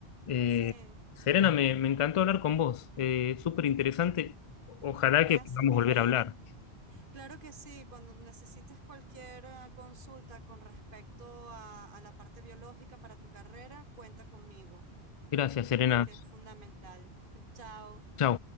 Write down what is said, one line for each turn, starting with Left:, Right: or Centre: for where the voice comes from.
Left: Eh,
Right: Sí,
Left: Serena, me, me encantó hablar con vos. Eh, súper interesante. Ojalá
Right: gracias,
Left: que podamos
Right: Neyen.
Left: volver a hablar.
Right: Claro que sí, cuando necesites cualquier eh, consulta con respecto a, a la parte biológica para tu carrera, cuenta conmigo,
Left: Gracias, Serena.
Right: porque es fundamental. <laughs> Chao.
Left: Chao.